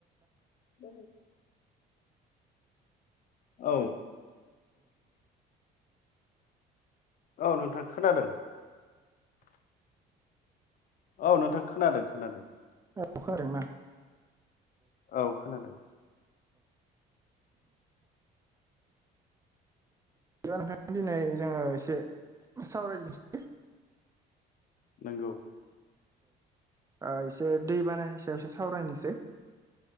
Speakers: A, on the left; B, on the right.
A: <unintelligible> औ। औ नोंथां खोनादों। औ नोंथां खोनादों खोनादों।
B: <unintelligible>
A: औ खोनादों।
B: <unintelligible> दिनै जोङो एसे <unintelligible>
A: नोंगौ।
B: औ एसे दै बानायनि सायाव एसे सावरायनोसै।